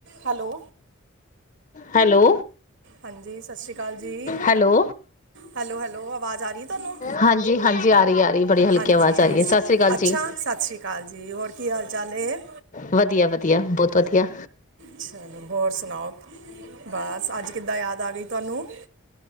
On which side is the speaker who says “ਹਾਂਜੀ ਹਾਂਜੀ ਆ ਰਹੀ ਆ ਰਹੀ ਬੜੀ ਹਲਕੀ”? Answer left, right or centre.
Left